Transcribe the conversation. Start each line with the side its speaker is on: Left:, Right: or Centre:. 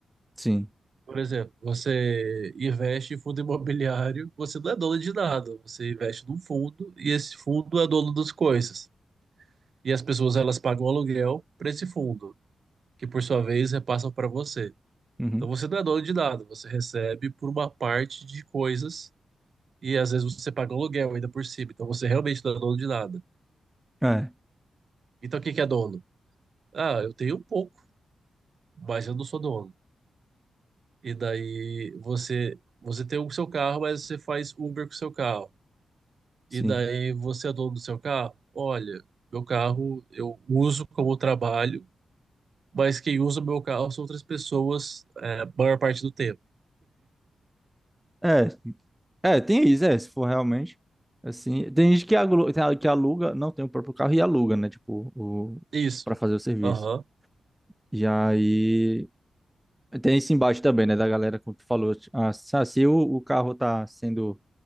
Centre: Sim.
Right: Por exemplo, você investe em fundo imobiliário, você não é dono de nada, você investe num fundo e esse fundo é dono das coisas. E as pessoas elas pagam aluguel para esse fundo, que por sua vez repassam para você.
Centre: Uhum.
Right: Então você não é dono de nada, você recebe por uma parte de coisas e às vezes você paga aluguel ainda por cima, então você realmente não é dono de nada.
Centre: É,
Right: Então quem que é dono? Ah, eu tenho um pouco, mas eu não sou dono. E daí você você tem o seu carro, mas você faz Uber com o seu carro.
Centre: sim.
Right: E daí você é dono do seu carro? Olha, meu carro eu uso como trabalho, mas quem usa meu carro são outras pessoas, é, a maior parte do tempo.
Centre: É, É, tem isso, é, se for realmente. Assim, tem gente que aluga, que aluga, não tem o próprio carro e aluga, né? Tipo, o,
Right: Isso.
Centre: pra fazer o serviço.
Right: Aham.
Centre: E aí. Tem esse embate também, né? Da galera, como tu falou. tipo, Ah, se ah, se o, o carro tá sendo.